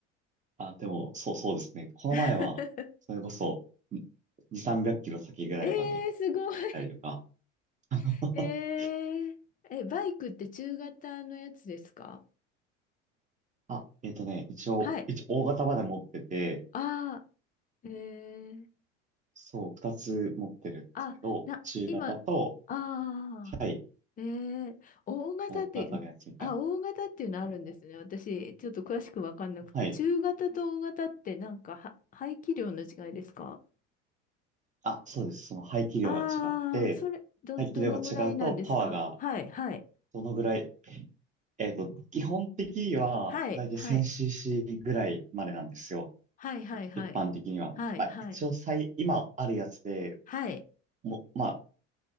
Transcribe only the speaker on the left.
<laughs>
えー、すごい。
<laughs> えー、え、バイクって中型のやつですか
はい。
ああ、えー、
あ、な、
今、ああ、
えー、大型って、
あ、大型っていうのあるんですね。私、ちょっと詳しくわかんなくて、
中型と大型ってなんかは、排気量の違いですか
ああー、それ、ど、
どのぐらいなんですかはい、はい。
はい、はい。
はい、はい、はい。
はい、
はい。
はい。